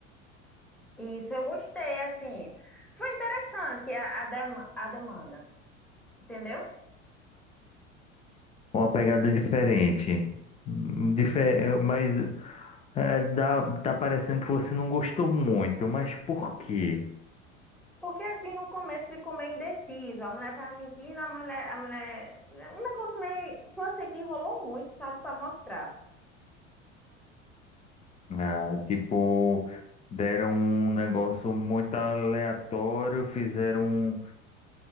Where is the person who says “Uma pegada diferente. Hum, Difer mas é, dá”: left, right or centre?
Left